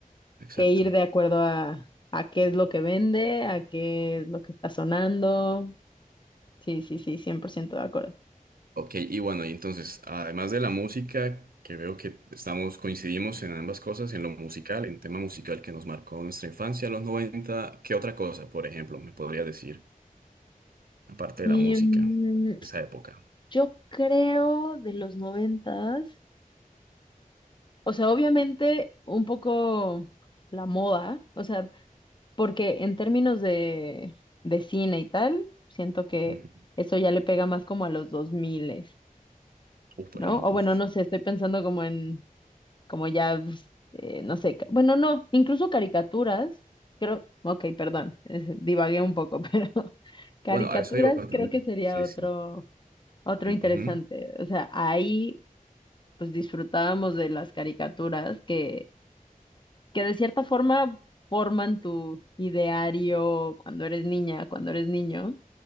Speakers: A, on the right; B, on the left.
A: exacto.
B: que ir de acuerdo a, a qué es lo que vende, a qué es lo que está sonando. Sí, sí, sí, cien por ciento de acuerdo.
A: Ok, y bueno, y entonces, además de la música, que veo que estamos, coincidimos en ambas cosas, en lo musical, en tema musical que nos marcó nuestra infancia, los 90, ¿qué otra cosa, por ejemplo, me podría decir, aparte
B: Y
A: de la música,
B: mm,
A: esa época?
B: yo creo de los noventas, o sea, obviamente un poco la moda, o sea, porque en términos de, de cine y tal, siento que
A: Ujú.
B: eso ya le pega más como a los 2000.
A: Uf, bueno,
B: ¿no?
A: no,
B: O
A: uf.
B: bueno, no sé, estoy pensando como en, como ya, pues, eh, no sé, ca- bueno, no, incluso caricaturas, creo, ok, perdón, eh, <laughs> divagué un poco, <laughs> pero caricaturas
A: Bueno, a eso iba también.
B: creo que sería
A: Sí,
B: otro,
A: sí.
B: otro
A: Ujú,
B: interesante. O sea, ahí pues disfrutábamos de las caricaturas que, que de cierta forma forman tu ideario cuando eres niña, cuando eres niño